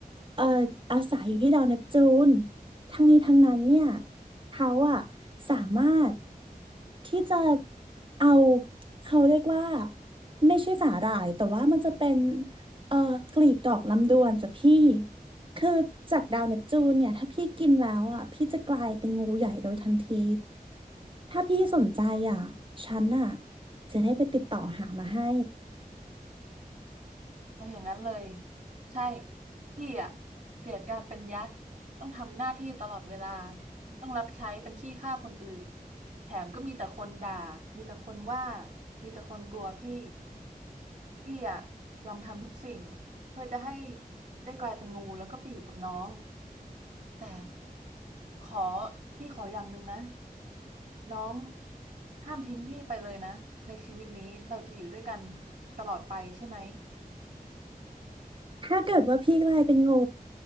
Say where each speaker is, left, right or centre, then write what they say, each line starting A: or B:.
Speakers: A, on the right (about 35°); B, on the right (about 50°).
A: เอ่ออาศัยอยู่ที่ดาวเนปจูนทั้งนี้ทั้งนั้นเนี่ยเขาอ่ะสามารถที่จะเอาเขาเรียกว่าไม่ใช่สาหร่ายแต่ว่ามันจะเป็นเอ่อกลีบดอกลำดวนจ้ะพี่ คือจากดาวเนปจูนเนี่ยถ้าพี่กินแล้วอ่ะพี่จะกลายเป็นงูใหญ่โดยทันทีถ้าพี่สนใจอ่ะฉันอ่ะจะได้ไปติดต่อหามาให้
B: เอาอย่างนั้นเลยใช่พี่อะเกลียดการเป็นยักษ์ต้องทำหน้าที่ตลอดเวลาต้องรับใช้เป็นขี้ข้าคนอื่นแถมก็มีแต่คนด่ามีแต่คนว่ามีแต่คนกลัวพี่พี่อะยอมทำทุกสิ่งเพื่อจะให้ได้กลายเป็นงูแล้วก็ไปอยู่กับน้อง แต่ขอพี่ขออย่างหนึ่งนะน้องห้ามทิ้งพี่ไปเลยนะในชีวิตนี้เราจะอยู่ด้วยกันตลอดไปใช่ไหม
A: ถ้าเกิดว่าพี่กลายเป็นงู